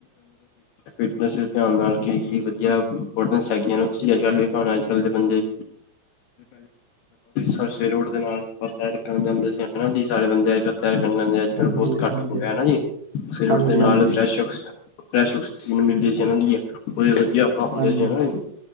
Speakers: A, on the left; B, on the right.
A: ਫਿਟਨਸ ਧਿਆਨ ਨਾਲ ਕੀ ਵਧੀਆ ਇਮਪੋਰਟੈਂਟਸ ਹੈਗੀਆਂ ਤੁਸੀਂ ਅੱਜ ਕੱਲ ਵੇਖਿਆ ਅੱਜ ਕੱਲ ਦੇ ਬੰਦੇ ਸਰਸੇ ਰੋਡ ਦੇ ਨਾਲ ਬੱਸ ਸਟੈਂਡ ਰੱਖਣ ਜਾਂਦੇ ਸੀ ਹਨਾ ਜੀ ਸਾਰੇ ਬੰਦੇ ਅੱਜ ਕੱਲ ਤਰ ਕਰ ਲੈਂਦੇ ਅੱਜ ਕੱਲ੍ਹ
B: ਹਾਂਜੀ
A: ਬਹੁਤ ਘੱਟ
B: ਹਾਂਜੀ
A: ਹੋ ਗਿਆ ਜੀ ਸਵੇਰ ਉੱਠਦੇ
B: ਹਾਂਜੀ
A: ਨਾਲ
B: ਹਾਂਜੀ
A: ਫਰੈਸ਼ ਫਰੈਸ਼ਕਸੀਜਨ ਮਿਲਦੀ ਸੀ ਇਹਨਾਂ ਦੀ ਉਹ ਵਧੀਆ ਆ ਹੁੰਦੇ
B: ਹਾਂਜੀ
A: ਜੀ ਹੈ ਨਾ